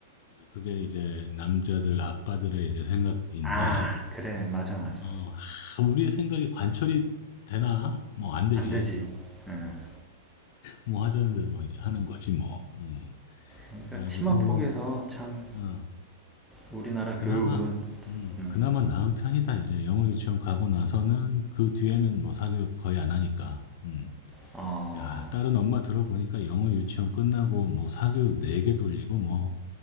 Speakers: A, on the left (about 45°); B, in the centre.
A: 그게 이제 남자들, 아빠들의 이제 생각인데,
B: 아 그래 맞아 맞아
A: 어, 하, 우리의 생각이 관철이 되나? 뭐, 안 되지.
B: 안 되지. 응.
A: 뭐 하자는 대로 이제 하는 거지 뭐. 음.
B: 그러니까
A: 그래 가지고
B: 치마 폭에서 참
A: 어
B: 우리나라
A: 그나마
B: 교육은
A: 음
B: 음,
A: 그나마 나은 편이다. 이제 영어 유치원 가고 나서는 그 뒤에는 뭐 사교육 거의 안 하니까. 음.
B: 어,
A: 야, 다른 엄마 들어보니까 영어 유치원 끝나고 뭐 사교육 4개 돌리고 뭐